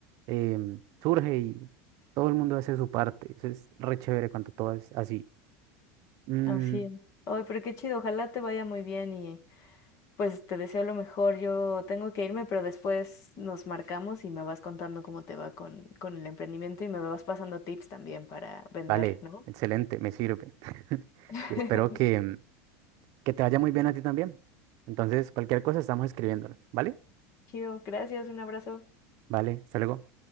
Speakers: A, on the right (about 55°); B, on the left (about 45°).
A: em, surge y todo el mundo hace su parte. Eso es re chévere cuando todo es así. Mm,
B: Así es. Ay, pero qué chido, ojalá te vaya muy bien y pues te deseo lo mejor. Yo tengo que irme, pero después nos marcamos y me vas contando cómo te va con, con el emprendimiento y me vas pasando tips también para vender,
A: vale,
B: ¿no?
A: excelente, me sirve. <laughs>
B: <laughs>
A: Y espero que, que te vaya muy bien a ti también. Entonces, cualquier cosa estamos escribiéndonos, ¿vale?
B: Chido, gracias, un abrazo.
A: Vale, hasta luego.